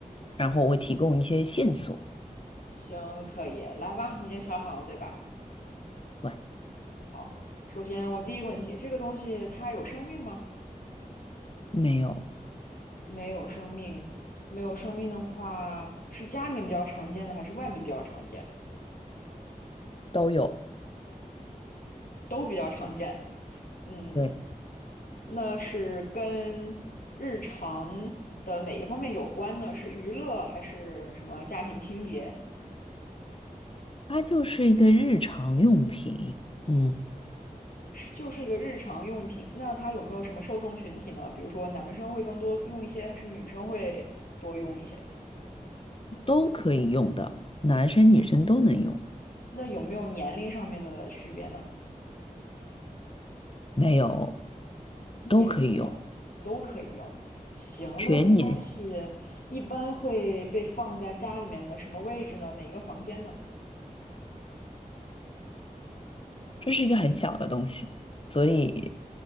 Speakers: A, on the left; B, on the left.
A: 然后我会提供一些线索。
B: 行，可以，来吧，你已经想好了对吧？
A: 对，
B: 好，首先我第一个问题，这个东西它有生命吗？
A: 没有，
B: 没有生命，没有生命的话，是家里面比较常见的，还是外面比较常见？
A: 都有。
B: 都比较常见。嗯，
A: 对，
B: 那是跟日常的哪个方面有关呢？是娱乐还是什么家庭清洁？
A: 它就是一个日常用品，嗯，
B: 就是一个日常用品。那它有没有什么受众群体呢？比如说男生会更多用一些，还是女生会多用一些？
A: 都可以用的，男生女生都能用。
B: 那有没有年龄上面的区别呢？
A: 没有，都可以用，
B: 也没有，都可以用。行，
A: 全年。
B: 那这个东西一般会被放在家里面的什么位置呢？哪一个房间呢？
A: 这是一个很小的东西，所以